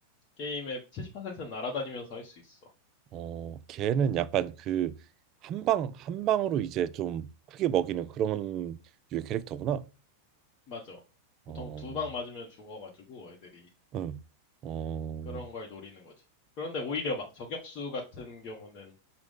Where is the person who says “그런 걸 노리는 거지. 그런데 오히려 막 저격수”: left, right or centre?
Left